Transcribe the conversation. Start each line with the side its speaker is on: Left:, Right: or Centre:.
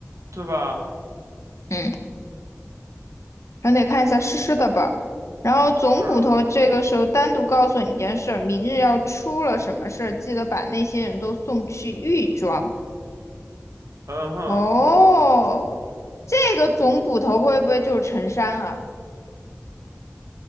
Right: 对吧？
Left: 嗯。还得看一下诗诗的吧。然后总捕头这个时候单独告诉你一件事儿，
Right: 是的。
Left: 明日要出了什么事儿，记得把那些人都送去狱庄。
Right: 嗯哼，
Left: 哦，这个总捕头会不会就是陈山啊？